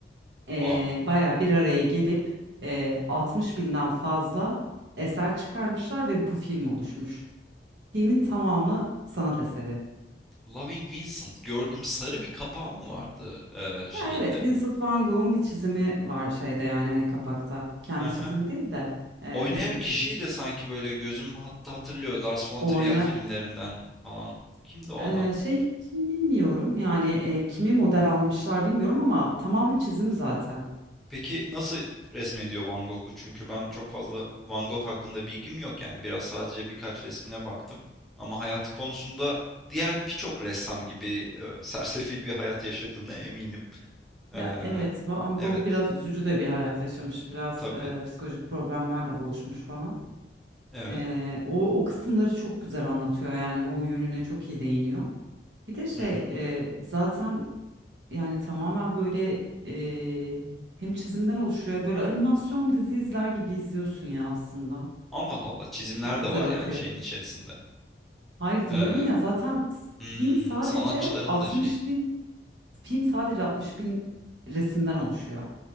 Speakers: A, on the right (about 75°); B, in the centre.
A: e,
B: vay.
A: bayağı bir araya gelip e, 60 binden fazla eser çıkarmışlar ve bu film oluşmuş. Filmin tamamı sanat eseri.
B: Loving Vincent gördüm. Sarı bir kapağı mı vardı eee, şeyinde?
A: Ya evet Vincent van Gogh'un bir çizimi var şeyde yani hani kapakta. Kendi
B: Hı hı.
A: çizimi değil de e,
B: Oynayan
A: biri
B: kişiyi
A: çizim.
B: de sanki böyle gözüm hatta hatırlıyor Lars von
A: O
B: Trier
A: oyuna
B: filmlerinden falan. Kimdi o
A: e,
B: adam?
A: şey kim bilmiyorum yani e, kimi model almışlar bilmiyorum ama tamamı çizim zaten.
B: Peki nasıl resmediyor Van Gogh'u? Çünkü ben çok fazla Van Gogh hakkında bilgim yok yani biraz sadece birkaç resmine baktım. Ama hayatı konusunda diğer birçok ressam gibi e, <laughs> sersefil bir hayat yaşadığına eminim.
A: Ya
B: Ee,
A: evet Van
B: evet,
A: Gogh biraz üzücü de bir hayat yaşamış. Biraz
B: tabii,
A: e, psikolojik problemlerle boğuşmuş falan.
B: evet.
A: Ee, o, o kısımları çok güzel anlatıyor yani o yönüne çok iyi değiniyor. Bir de şey
B: Hı hı.
A: e, zaten yani tamamen böyle e, hem çizimden oluşuyor böyle animasyon dizi izler gibi izliyorsun ya aslında.
B: Allah Allah, çizimler
A: Çok güzel
B: de var
A: akıyor.
B: yani şeyin içerisinde.
A: Hayır
B: Ee,
A: diyorum ya zaten
B: hmm,
A: film sadece
B: sanatçıların
A: 60
B: da şey.
A: bin film sadece 60 bin resimden oluşuyor.